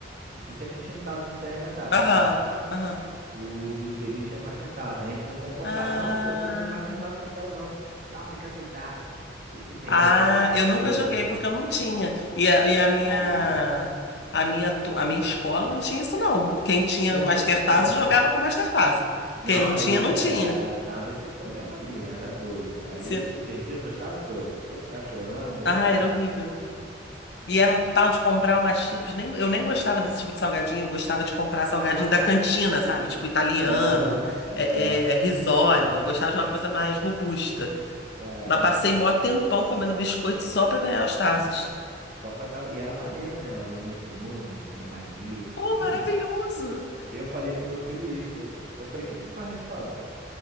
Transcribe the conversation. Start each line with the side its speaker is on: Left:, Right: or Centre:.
Right: Você sempre tinha um tazo pra você arremessar,
Left: Aham,
Right: tu lembra?
Left: aham.
Right: Os infeliz tinham Master Tazo. A gente não concordava.
Left: Ah,
Right: Não, pô, tu não tem Master Tazo, eu não quero não. Não, tem que aceitar. E tu perdia
Left: ah,
Right: teus tazos
Left: eu nunca
Right: todos.
Left: joguei porque eu não tinha. E a, e a minha
Right: Ah,
Left: a minha tu- a minha escola não tinha isso não. Quem tinha
Right: tinha
Left: o Master
Right: não?
Left: Tazo
Right: <laughs>
Left: jogava com o Master Tazo.
Right: Não,
Left: Quem não
Right: aí
Left: tinha,
Right: dava,
Left: não tinha.
Right: é, dava esse problema aí, era doido. Aí
Left: Se-
Right: tu perdia teus tazos todos. Pô, tu ficava chorando, eu
Left: Ah,
Right: chorava.
Left: era horrível. E era um tal de comprar umas chips. Nem, eu nem gostava desse tipo de salgadinho, eu gostava de comprar salgadinho
Right: <laughs>
Left: da cantina, sabe? Tipo italiano,
Right: Aham, é.
Left: é, é, risole. Eu gostava de uma coisa mais robusta.
Right: Caraca,
Left: Mas passei
Right: velho.
Left: mó tempão comendo biscoito só pra ganhar os Tazos.
Right: Só pagar. E era maneiro, né? Era Looney Tunes, Animaniacs,
Left: Pô,
Right: enfim.
Left: maravilhoso!
Right: Eu falei pro meu filho isso. Ele, eu falei, o que que tu faz na escola, cara?